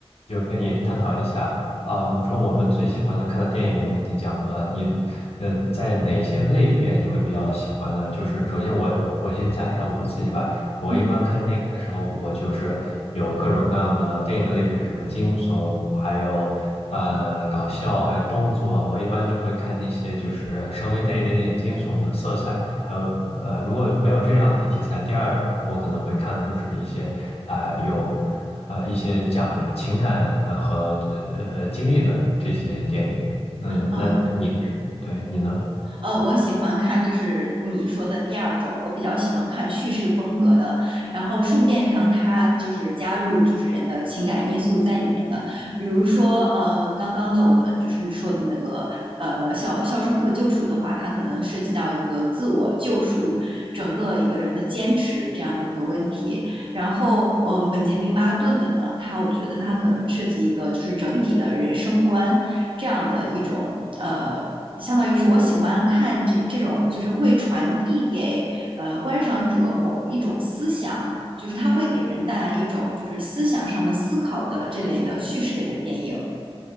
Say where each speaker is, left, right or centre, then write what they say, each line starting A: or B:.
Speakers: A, on the left; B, on the right.
A: 就跟你探讨一下，嗯，除了我们最喜欢的看的电影，我们已经讲过了，你呃在哪些类别你会比较喜欢呢？就是首先我我先讲一下我自己吧，我一般看电影的时候，
B: 嗯
A: 我就是有各种各样的电影的类别，什么惊悚，还有呃搞笑，还有动作啊。我一般就会看那些就是稍微带一点点惊悚的色彩，还有呃如果没有这样的题材，第二我可能会看的就是一些啊、呃有啊一些讲情感呃和呃经历的这些电影。嗯，
B: 嗯，
A: 那你对你呢？
B: 呃，我喜欢看就是你说的第二种，我比较喜欢看叙事风格的，然后顺便上它就是加入就是人的情感因素在里面的，比如说呃刚刚的我们就是说的那个呃小肖申克救赎的话，它可能涉及到一个自我救赎，整个一个人的坚持这样的一个问题，然后嗯本杰明巴顿的呢，他我觉得他可能涉及一个就是整体的人生观这样的一种呃相当于是我喜欢看这这种，就是会传递给呃观赏者某一种思想，就是它会给人带来一种就是思想上的思考的这类的叙事类的电影。